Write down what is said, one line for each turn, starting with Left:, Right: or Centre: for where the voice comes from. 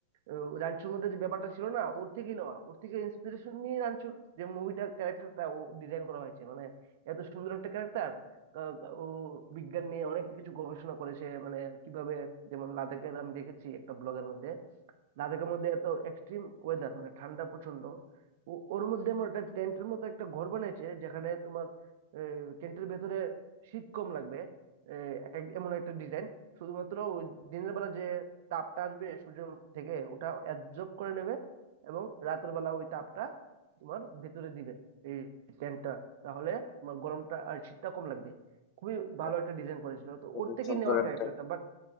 Right: আহ, রাঞ্চুর মধ্যে যে ব্যাপারটা ছিল না ওর থেকে নেওয়া ওর থেকে ইন্সপিরেশন নিয়ে রাঞ্চুর যে মুভিটা ক্যারেক্টারটা ও ডিজাইন করা হয়েছে মানে এত সুন্দর একটা ক্যারেক্টার ও বিজ্ঞান নিয়ে অনেক কিছু গবেষণা করেছে মানে কিভাবে যেমন লাদাখের আমি দেখেছি একটা ব্লগের মধ্যে লাদাখের মধ্যে এত এক্সট্রিম ওয়েদার মানে ঠান্ডা প্রচন্ড ও- ওর মধ্যে আমার একটা টেন্টের মতো একটা ঘর বানিয়েছে যেখানে তোমার টেন্টের ভেতরে শীত কম লাগবে আহ, এক- এমন একটা ডিজাইন শুধুমাত্র ওই দিনের বেলা যে তাপটা আসবে সূর্য থেকে ওটা অ্যাবজর্ব করে নেবে এবং রাতের বেলা ওই তাপটা তোমার ভেতরে দিবে এই টেন্টটা তাহলে তোমার গরমটা আর শীতটা কম লাগবে খুবই
Left: হ্যাঁ,
Right: ভালো একটা ডিজাইন করেছিল তো
Left: খুবই
Right: ওর থেকেই
Left: সুন্দর
Right: নেওয়া
Left: একটা
Right: ক্যারেক্টারটা বাট